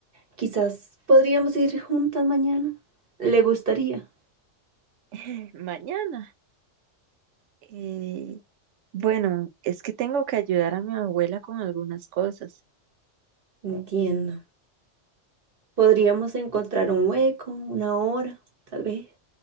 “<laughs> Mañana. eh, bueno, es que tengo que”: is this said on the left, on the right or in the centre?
Right